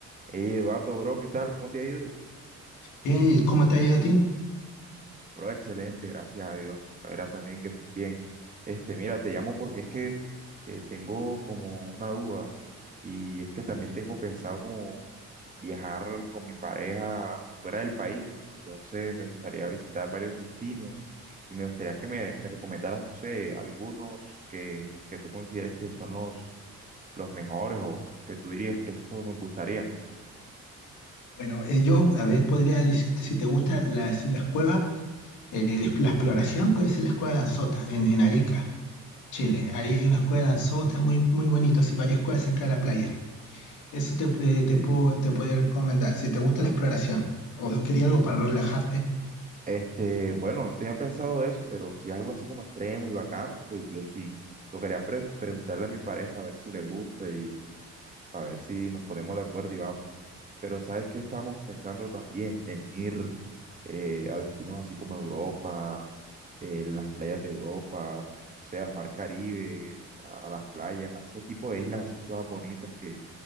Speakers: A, on the right; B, on the left.
A: Hey Eduardo, bro, ¿qué tal? ¿Cómo te ha ido?
B: Bien, ¿y cómo te ha ido a ti?
A: Bro, excelente, gracias a Dios. Ahora también que estés bien. Este, mira, te llamo porque es que eh, tengo como una duda y es que también tengo pensado como viajar con mi pareja fuera del país. Entonces me gustaría visitar varios destinos y me gustaría que me, me recomendaras, no sé, algunos que, que tú consideres que son los, los mejores o que tú dirías que estos nos gustarían.
B: Bueno, eh, yo, a ver, podría decirte si te gusta la, si las cuevas, eh, la exploración puede ser la cueva de Anzota, en, en Arica, Chile. Ahí Hay una cueva de Anzota muy, muy bonita, así varias cuevas cerca de la playa. Eso te, eh, te
A: Sí.
B: puedo, te podría recomendar, si te gusta la exploración o quería algo para relajarte.
A: Este, bueno, no tenía pensado eso, pero si es algo así como extremo y bacano, pues yo sí. Lo quería pre- preguntarle a mi pareja a ver si le gusta y a ver si nos ponemos de acuerdo y vamos. Pero ¿sabes qué estamos pensando también? En ir eh, a destinos así como Europa, eh, las playas de Europa, o sea, al mar Caribe, a, a las playas, a ese tipo de islas así todas bonitas que,